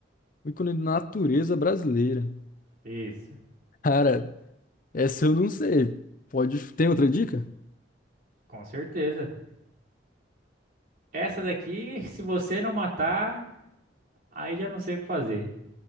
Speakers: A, on the left; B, on the right.
A: O ícone de natureza brasileira.
B: Isso,
A: Cara, essa eu não sei. Pode. Tem outra dica?
B: com certeza. Essa daqui, se você não matar, aí já não sei o que fazer.